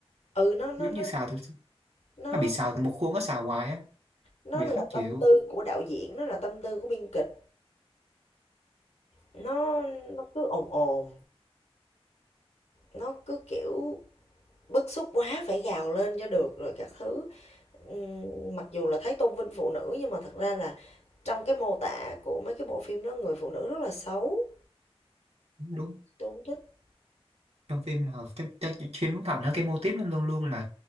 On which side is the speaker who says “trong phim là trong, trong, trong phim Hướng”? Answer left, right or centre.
Right